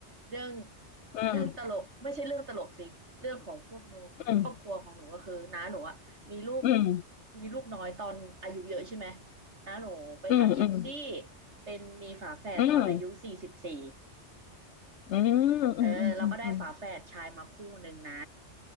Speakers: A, on the right; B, on the left.
A: เรื่อง
B: อืม
A: เรื่องตลกไม่ใช่เรื่องตลกสิเรื่องของพวกหนูครอบครัวของหนูก็คือน้าหนูอะมีลูก
B: อืมอืม
A: มีลูกน้อยตอนอายุเยอะใช่ไหมน้าหนูไปทำอีกซี่
B: อืมอืม
A: เป็นมีฝาแฝดตอนอายุสี่สิบสี่
B: อืมอืม
A: เออเราก็ได้ฝาแฝดชายมาคู่หนึ่งนะ
B: อืมอืมอืม